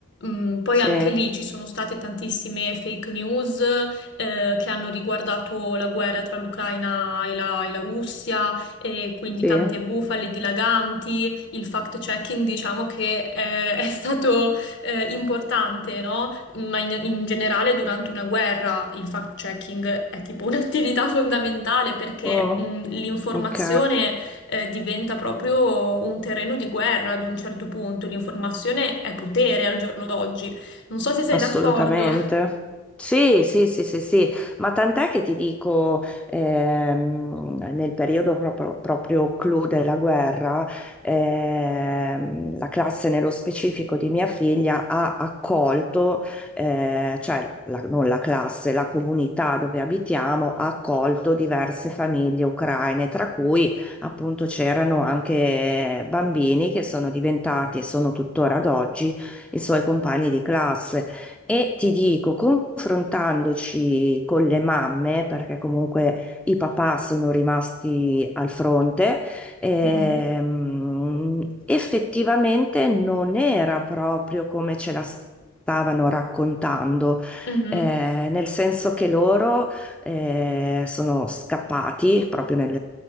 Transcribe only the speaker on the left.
Mm, poi
anche lì ci sono state tantissime fake news, eh, che hanno riguardato la guerra tra l'Ucraina e la, e la Russia, e quindi
tante bufale dilaganti. Il fact-checking, diciamo che eh, <laughs> è stato eh, importante, no? Ma in, in generale durante una guerra il fact-checking è tipo <laughs> un'attività fondamentale perché
mh, l'informazione
eh, diventa proprio un terreno di guerra ad un certo punto. L'informazione è potere al giorno d'oggi. Non so se sei
d'accordo.
Mhm.
Mhm.